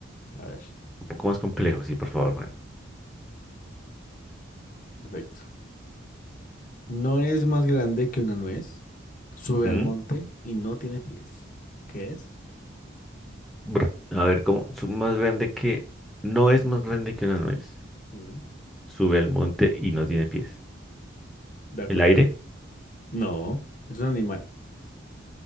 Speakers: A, on the left (about 40°); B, in the centre.
A: A ver.
B: Un poco más complejo, sí, por favor, Juan.
A: Perfecto. No es más grande que una nuez, sube
B: ¿Mm?
A: al monte y no tiene pies. ¿Qué es?
B: Brr. A ver, ¿cómo? Su- Más grande que... No es más grande que una nuez.
A: Sí.
B: Sube al monte y no tiene pies.
A: De acuerdo.
B: el aire,
A: No, es un animal.